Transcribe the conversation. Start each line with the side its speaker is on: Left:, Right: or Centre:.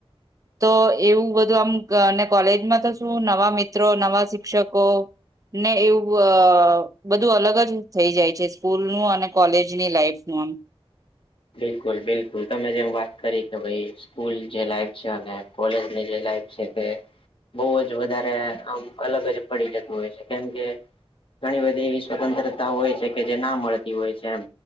Right: તો એવું બધું આમ <unintelligible> કોલેજમાં તો શું નવા મિત્રો, નવા શિક્ષકો ને એવું બધું અલગ જ થઈ જાય છે સ્કૂલ નું અને કોલેજની લાઈફ નું આમ
Left: બિલકુલ બિલકુલ તમે જેમ વાત કરી કે ભાઈ સ્કૂલ જે લાઈફ છે અને કોલેજની જે લાઈફ છે તે બહુ જ વધારે આમ અલગ જ પડી જતું હોય છે કેમ કે ઘણી બધી એવી સ્વતંત્રતા હોય છે કે જે ના મળતી હોય છે એમ